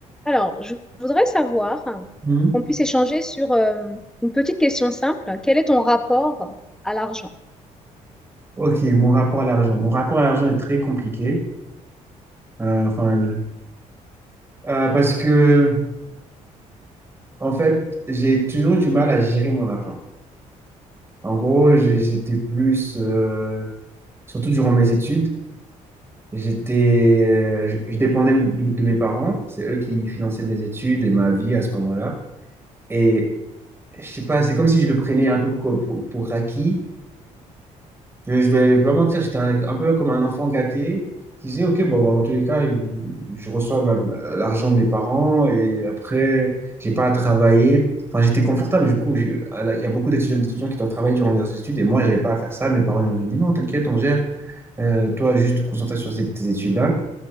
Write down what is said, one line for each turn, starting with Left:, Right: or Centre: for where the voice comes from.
Centre: Alors, je voudrais savoir hein,
Right: Hmm.
Centre: qu'on puisse échanger sur euh, une petite question simple. Quel est ton rapport à l'argent?
Right: Ok, mon rapport à l'argent. Mon rapport à l'argent est très compliqué. Euh, enfin, le- euh, parce que, en fait, j'ai toujours eu du mal à gérer mon argent. En gros, j'ai- j'étais plus, euh, surtout durant mes études, j'étais, je, je dépendais de, de mes parents. C'est eux qui finançaient mes études et ma vie à ce moment-là. Et je sais pas, c'est comme si je le prenais un peu co- pour, pour acquis. Je, je vais pas mentir, j'étais un, un peu comme un enfant gâté qui disait, OK, bon, bah, en tous les cas, je reçois bah, l'argent de mes parents et après, j'ai pas à travailler. Enfin, j'étais confortable, du coup, j'ai- à la- il y a beaucoup d'étudiants d'étudiants qui doivent travailler durant leurs études et moi, j'avais pas à faire ça. Mes parents ils m'ont dit, non, t'inquiète, on gère. Euh, toi, juste concentre-toi sur ces- tes études-là.